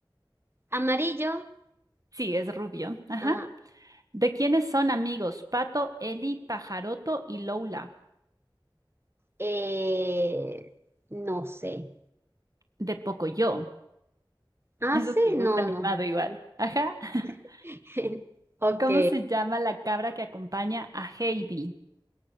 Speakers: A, on the right; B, on the right.
A: Amarillo,
B: Sí, es rubio. Ajá.
A: ah,
B: ¿De quiénes son amigos? Pato, Eli, Pajaroto y Lola.
A: eh, no sé.
B: De Pocoyo.
A: Ah,
B: Es
A: sí,
B: un dibujo
A: no,
B: animado
A: no.
B: igual. Ajá. <laughs>
A: <laughs> Ok.
B: ¿Cómo se llama la cabra que acompaña a Heidi?